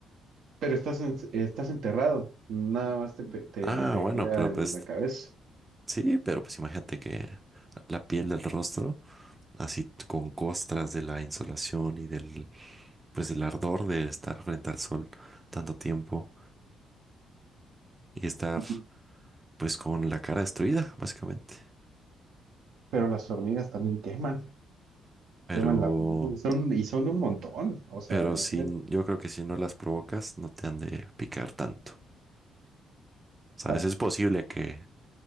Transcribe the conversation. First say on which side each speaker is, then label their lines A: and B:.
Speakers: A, on the right (about 75°); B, on the right (about 20°).
A: Pero estás, en- estás enterrado, nada más te, pe- te
B: Ah,
A: pegaría
B: bueno, pero
A: en
B: pues
A: la cabeza.
B: sí, pero pues imagínate que la piel del rostro, así t- con costras de la insolación y del, pues del ardor de estar frente al sol tanto tiempo y estar
A: Ujú.
B: pues con la cara destruida, básicamente.
A: Pero las hormigas también queman,
B: Pero,
A: queman la piel y son, y son un montón. O sea,
B: pero
A: imagínate
B: sin, yo creo que si no las provocas, no te han de picar tanto. ¿Sabes?
A: tanto.
B: Es posible que,